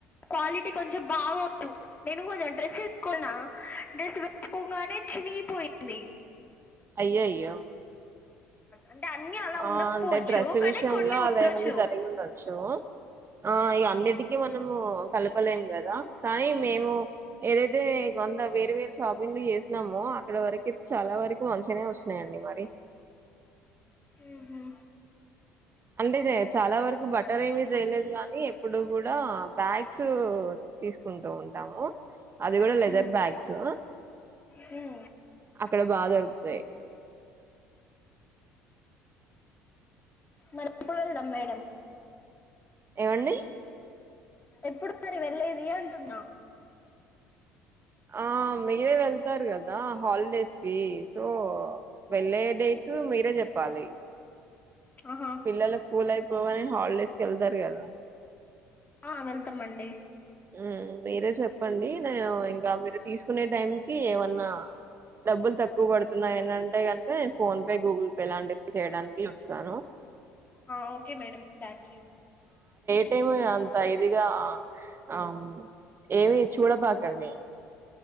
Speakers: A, on the left; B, on the right.
A: క్వాలిటీ కొంచెం బాగోదు నేను కొంచెం డ్రెస్ వేసుకున్నా డ్రెస్ వేసుకోగానే చినిగిపోయింది
B: అయ్యోయ్యో
A: అంటే అన్ని అలా ఉండకపోవచ్చు
B: ఆ అంటే డ్రెస్
A: కానీ
B: విషయంలో
A: కొన్ని ఉండొచ్చు
B: అలా ఏమైన్నా జరిగి ఉండచ్చు ఆ ఇ అన్నిటికీ మనము కలపలేం కదా కానీ మేము ఏదైతే కొంత వేరు వేరు షాపింగ్లు చేసినామో అక్కడ వరకు చాలా వరకు మంచిగానే వస్తున్నాయండి మరి
A: ఉహు
B: అంతేజెయచ్ చాలా వరకు బట్టర్ ఏమీ చేయలేదు గానీ ఇప్పుడు కూడా బ్యాగ్స్ తీసుకుంటూ ఉంటాము అది కూడా లెదర్
A: మ్మ్
B: బ్యాగ్స్
A: హ్మ్
B: అక్కడ బాగా దొరుకుతయి
A: మరెప్పుడెళ్దం మేడం
B: ఏవండి
A: ఎప్పుడు మరి వెళ్లేది అంటున్నా
B: ఆ మీరే వెళ్తారు గ దా హాలిడేస్కీ సో వెళ్ళే డేట్ మీరే చెప్పాలి
A: ఆహా
B: పిల్లల స్కూల్ అయిపోగనె హాలిడేస్కెళ్తారు కదా
A: ఆ వెళ్తాం అండి
B: హుం మీరే చెప్పండి నేను ఇంకా మీరు తీసుకునే టైం కి ఏమన్నా డబ్బులు తక్కువ పడుతున్నాయనంటే ఫోన్ పే గూగుల్ పే లాంటివి చేయడానికి చూస్తాను
A: హా ఓకే మేడం థ్యాంక్ యూ
B: ఏమీ అంత ఇదిగా ఆ ఏమి చూడబాకండి